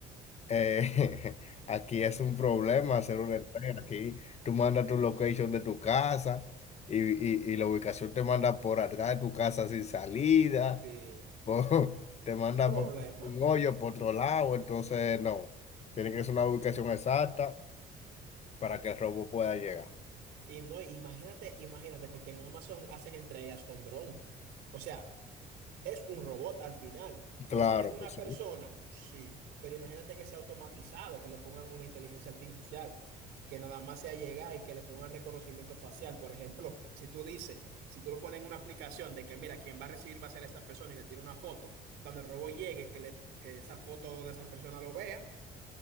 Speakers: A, on the left (about 40°); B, on the right (about 85°).
A: eh, <laughs> aquí es un problema hacer una entrega. Aquí tú mandas tu location de tu casa y, y, y la ubicación te manda por atrás de tu casa sin salida
B: Sí,
A: po- <laughs> te manda
B: un problema.
A: por un hoyo, por otro lado, entonces no. Tiene que ser una ubicación exacta para que el robo pueda llegar.
B: Y no, imagínate, imagínate, porque en Amazon hacen entregas con dron. O sea, Es un robot al final. ¿Lo
A: Claro,
B: maneja una
A: pues sí.
B: persona? Sí, pero imagínate que sea automatizado, que le pongan una inteligencia artificial, que nada más sea llegar y que le pongan reconocimiento facial. Por ejemplo, si tú dices, si tú lo pones en una aplicación de que, mira, quien va a recibir va a ser esta persona y le tira una foto, cuando el robot llegue, que, le, que esa foto de esa persona lo vea